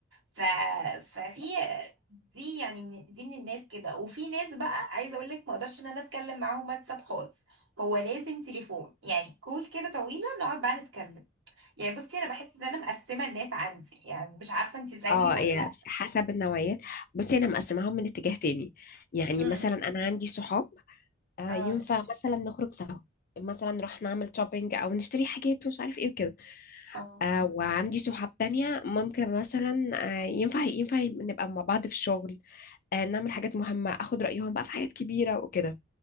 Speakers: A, on the right (about 65°); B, on the left (about 45°).
A: ف... ففي دي يعني من... دي من الناس كده وفي ناس بقى عايزه اقول لك ما اقدرش ان انا اتكلم معاهم واتساب خالص هو لازم تليفون يعني كول كده طويله نقعد بقى نتكلم يعني بصي انا بحس ان انا مقسمه الناس عندي يعني مش عارفه انت زيي
B: اه
A: ولا
B: هي
A: لا
B: حسب النوعيات بصي انا مقسماهم من اتجاه تاني يعني
A: امم
B: مثلا انا عندي صحاب آه،
A: اه
B: ينفع مثلا نخرج سوا مثلا نروح نعمل شوبينج او نشتري حاجات ومش عارف ايه وكده
A: اه
B: آه وعندي صحاب تانية ممكن مثلا آه ينفع ينفع نبقى مع بعض في الشغل آه نعمل حاجات مهمة اخد رأيهم بقى في حاجات كبيرة وكده